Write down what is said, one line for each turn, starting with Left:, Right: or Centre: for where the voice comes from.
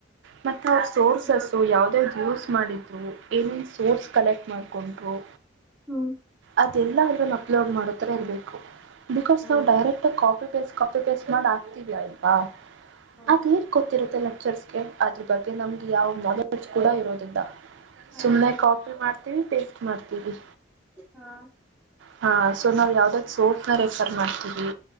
Right: ಮೆತ್ತೆ ಅವ್ರ್ ಸೋರ್ಸಸ್
Centre: ಮ,
Right: ಯಾವ್ದ್ಯಾವ್ದ್ ಯೂಸ್ ಮಾಡಿದ್ರು ಏನೇನ್ ಸೋರ್ಸ್ ಕಲೆಕ್ಟ್ ಮಾಡ್ಕೊಂಡರು
Centre: ಹ್ಮ್
Right: ಅದೆಲ್ಲ ಅದ್ರಲ್ಲಿ ಅಪ್ಲೋಡ್ ಮಾಡೋತರ ಇರಬೇಕು ಬಿಕಾಸ್
Centre: ಹ್ಮ್
Right: ನಾವು ಡೈರೆಕ್ಟಾಗಿ copy copy paste copy paste ಮಾಡ ಹಾಕ್ತಿವಿ ಅಲ್ವಾ
Centre: ಹ್ಮ್
Right: ಅದ ಗೊತ್ತಿರುತ್ತೆ ಲೆಕ್ಚರ್ಸ್ಗೆ ಅದ್ರು ಬಗ್ಗೆ ನಮ್ಗೆ ಯಾವ್ ನಾಲೆಡ್ಜ್ ಕೂಡ ಇರೋದಿಲ್ಲ
Centre: ಹ,
Right: ಸುಮ್ಮನೆ ಕಾಪಿ ಮಾಡ್ತೀವಿ ಪೇಸ್ಟ್ ಮಾಡ್ತೀವಿ
Centre: ಹಾ
Right: ಹಾ ಸೊ ನಾವ್ ಯಾವ್ದ್ಯಾವ್ದ್ ಸೊರ್ಸ್ ನ ರೆಫರ್ ಮಾಡ್ತೀವಿ